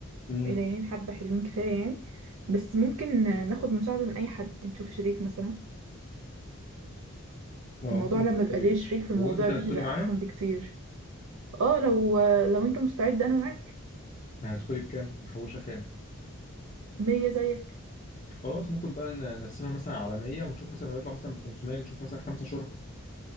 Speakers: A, on the left; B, on the right.
A: امم
B: قليلين حبه حلوين كفايه يعني بس ممكن ناخد مساعده من اي حد نشوف شريك مثلا
A: اه
B: الموضوع
A: ممكن
B: لما
A: تشتري
B: بيبقى ليه شريك في المواضيع
A: هو انت
B: دي
A: هتدخلي
B: بيبقى
A: معايا؟
B: احسن بكتير اه لو لو انت مستعد انا معاك
A: هتدخلي بكام؟ محوشه كام؟
B: مية زيك
A: خلاص ممكن بقى نقسمها مثلا على 100 ونشوف مثلا هيطلع مثلا ب 500 نشوف مثلا خمسه شركاء